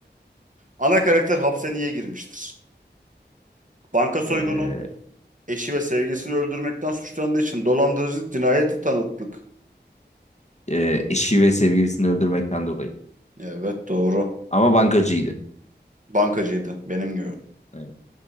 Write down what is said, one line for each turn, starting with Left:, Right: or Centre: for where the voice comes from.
Right: Ana karakter hapse niye girmiştir? Banka soygunu,
Left: Ee,
Right: eşi ve sevgilisini öldürmekten suçlandığı için dolandırıcılık cinayeti tanıklık.
Left: e, eşi ve sevgilisini öldürmekten dolayı.
Right: Evet doğru.
Left: Ama bankacıydı.
Right: Bankacıydı benim gibi.
Left: Evet,